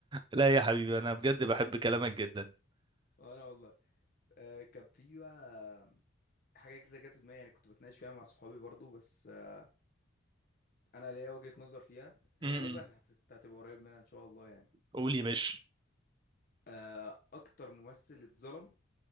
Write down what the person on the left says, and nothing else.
<laughs> وانا والله آه كان في بقى حاجة كده جت في دماغي يعني كنت بتناقش فيها مع صحابي برضو بس آه انا ليا وجهة نظر فيها
غالبا هت... هتبقى قريب منها ان شاء الله يعني
آه اكتر ممثل اتظلم